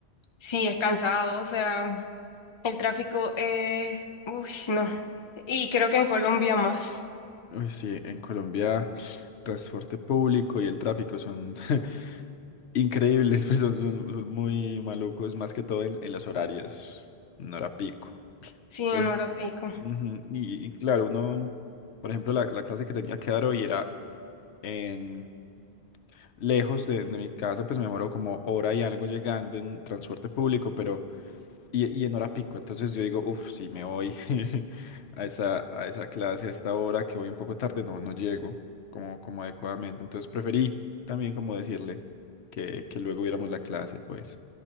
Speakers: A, on the left; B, on the left.
A: sí, es cansado, o sea, el tráfico es, uy, no. Y creo que en Colombia más,
B: Uy, sí, en Colombia transporte público y el tráfico son <laughs> Increíbles, <laughs> pues son, son- son muy malucos, más que todo en, en los horarios, no era pico.
A: sí,
B: Entonces,
A: en hora pico.
B: ujú, y, y claro, uno, por ejemplo, la, la clase que tenía que dar hoy era en lejos de, de mi casa, pues me demoró como hora y algo llegando en transporte público, pero y, y en hora pico. Entonces yo digo, uff, si me voy <laughs> a esa, a esa clase a esta hora que voy un poco tarde, no, no llego como, como adecuadamente. Entonces preferí también como decirle que, que luego viéramos la clase, pues.